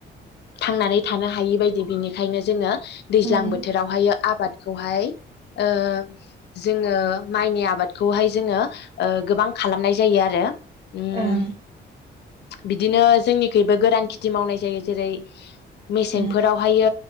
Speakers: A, on the left; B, on the right.
A: थांनानै थानो हायि बायदि बिनिखायनो जोङो दैज्लां
B: उम
A: बोथोरावहायो आबाद बे खौहाय ओ जोङो माइनि आबादखौहाय जोङो ओ गोबां खालामनाय जायो आरो। उम
B: ओं
A: बिदिनो जोंनिखैइबो गोरान खिथि मावनाय जायो। जेरै- मेसेंफोरावहायो
B: उम